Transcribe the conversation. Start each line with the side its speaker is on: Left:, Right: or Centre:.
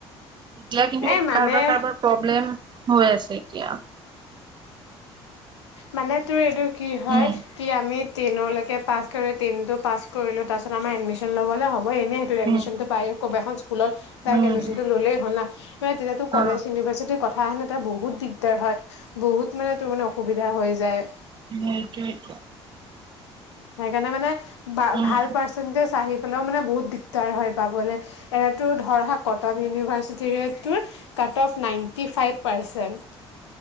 Right: এতিয়া কিন্তু
Left: এই মানে
Right: কাৰবাৰ কাৰোবাৰ প্ৰব্লেম হৈ আছে <unintelligible>
Left: মানে তোৰ এইটো কি হয়,
Right: উম
Left: কি আমি টেনৰলৈকে পাছ কৰি, টেইনটো পাছ কৰিলো, তাৰপিছত আমাৰ এডমিছন ল'বলে হ'বয়ে, এনে সেইটো এডমিছনটো
Right: উম
Left: পায়ে, কোনোবা এখন স্কুলত ডাৰেক্ট
Right: উম
Left: এডমিছনটো ল'লেই হ'ল‌‌ ন। মানে তেতিয়া তোৰ কলেছ
Right: অ
Left: ইউনিভাৰ্চিটি কথা কাৰণ এতিয়া বহুত দিগদাৰ হয়। বহুত মানে, তোৰ মানে হৈ যায়।
Right: উকক <inaudible>
Left: সেইকাৰণে মানে-
Right: উম
Left: ভাল পাৰ্চন চাহ' লেও মানে বহুত দিগদাৰ হয় পাবলৈ। এইটো ধৰা কটন ইউনিভাৰ্চিটি, জিৰ'টোৰ cut off ninety five percent-